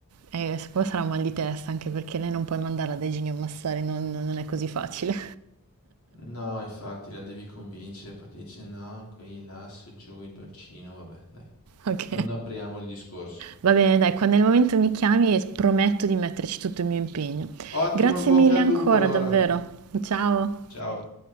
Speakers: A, on the right; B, on the left.
A: E poi sarà un mal di testa, anche perché lei non puoi mandarla dai geni a massare, non, non è così facile.
B: No, infatti la devi convincere, poi ti dice no, qui, là, su, giù, il dolcino, vabbè, dai.
A: <laughs> Ok,
B: Non apriamo il discorso.
A: Va bene, dai, quando è il momento mi chiami e prometto di metterci tutto il mio impegno.
B: Ottimo,
A: Grazie
B: in bocca
A: mille
B: al
A: ancora,
B: lupo allora.
A: davvero. Ciao.
B: Ciao.